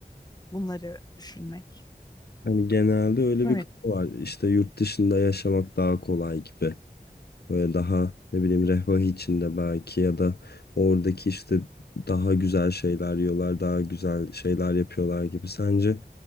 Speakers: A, on the left (about 25°); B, on the left (about 75°).
A: bunları düşünmek.
B: Hani genelde öyle
A: Evet.
B: bir kafa var. İşte yurt dışında yaşamak daha kolay gibi. Böyle daha ne bileyim refah içinde belki ya da oradaki işte daha güzel şeyler yiyorlar, daha güzel şeyler yapıyorlar gibi. Sence